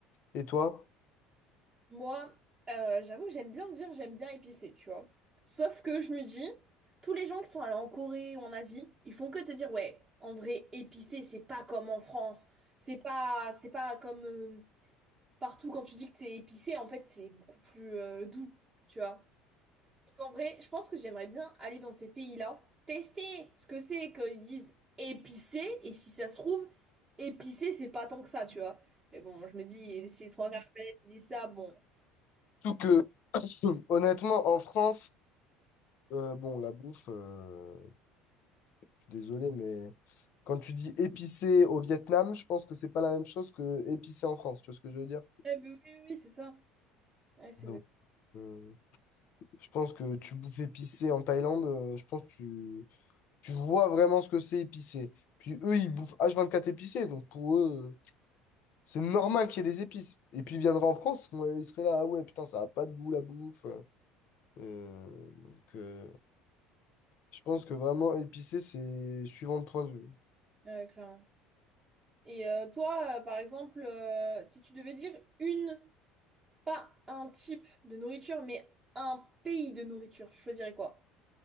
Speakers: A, on the left; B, on the right.
A: Et toi?
B: Moi, euh, j'avoue que j'aime bien dire j'aime bien épicé, tu vois. Sauf que je me dis, tous les gens qui sont allés en Corée ou en Asie, ils font que te dire, ouais, en vrai, épicé, c'est pas comme en France. C'est pas, c'est pas comme euh, partout quand tu dis que t'es épicé, en fait, c'est beaucoup plus euh, doux, tu vois. Donc en vrai, je pense que j'aimerais bien aller dans ces pays-là, tester ce que c'est quand ils disent épicé, et si ça se trouve, épicé, c'est pas tant que ça, tu vois. Mais bon, je me dis, si les trois quarts de la planète disent ça, bon.
A: Surtout que, <clears throat> honnêtement, en France, euh, bon, la bouffe, euh, je suis désolé, mais quand tu dis épicé au Vietnam, je pense que c'est pas la même chose que épicé en France, tu vois ce que je veux dire?
B: Eh ben oui, oui, oui, c'est ça. Ouais, c'est
A: Donc,
B: exact.
A: euh, je pense que tu bouffes épicé en Thaïlande, euh, je pense que tu, Tu vois vraiment ce que c'est épicé. Puis eux, ils bouffent H24 épicé, donc pour eux, euh, c'est normal qu'il y ait des épices. Et puis ils viendraient en France, moi, ils seraient là, ah ouais, putain, ça a pas de goût la bouffe. Euh, donc euh, je pense que vraiment épicé, c'est suivant le point de vue.
B: Ouais, clairement. Et euh, toi, euh, par exemple, euh, si tu devais dire une, pas un type de nourriture, mais un pays de nourriture, tu choisirais quoi?